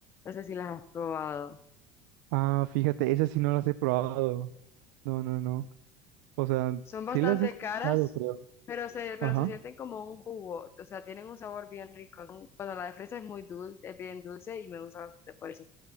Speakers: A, on the left (about 25°); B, on the right (about 85°).
A: No sé si las has probado.
B: ah, fíjate, esas sí no las he probado. No, no, no. O sea,
A: Son bastante
B: sí las he escuchado,
A: caras,
B: creo.
A: pero se, pero
B: Ajá.
A: se sienten como un jugo. O sea, tienen un sabor bien rico. Son- bueno, la de fresa es muy dulce, es bien dulce y me gusta bastante por eso.